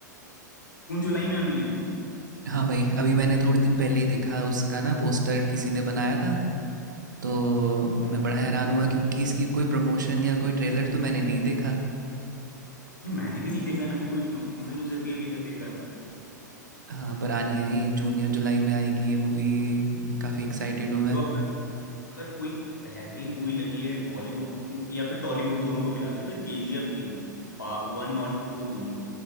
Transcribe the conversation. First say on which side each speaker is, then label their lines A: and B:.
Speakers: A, on the left; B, on the right.
A: जून जुलाई में आनी है
B: हाँ भाई अभी मैंने थोड़े दिन पहले ही देखा उसका ना पोस्टर किसी ने बनाया था तो मैं
A: हम्म,
B: बड़ा हैरान हुआ क्योंकि इसकी कोई प्रमोशन या कोई ट्रेलर तो मैंने नहीं देखा
A: नहीं मैंने भी नहीं देखा ना ही कोई टीजर उजर भी अभी तक देखा है
B: हाँ पर आनी है ये जून या जुलाई में आएगी ये मूवी काफ़ी एक्साइटेड हूँ मैं
A: तो अगर अगर कोई बेहतरीन मूवी लगी है बॉलीवुड या फिर टॉलीवुड दोनों को मिला के तो केजीएफ थी वन और टू दोनों